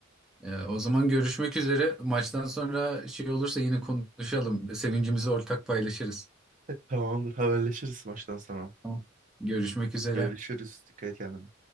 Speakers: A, in the centre; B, on the right.
A: Ee, o zaman görüşmek üzere. Maçtan sonra şey olursa yine konuşalım. Sevincimizi ortak paylaşırız.
B: Tamamdır. Haberleşiriz maçtan sonra.
A: Tamam. Görüşmek üzere.
B: Görüşürüz. Dikkat et kendine.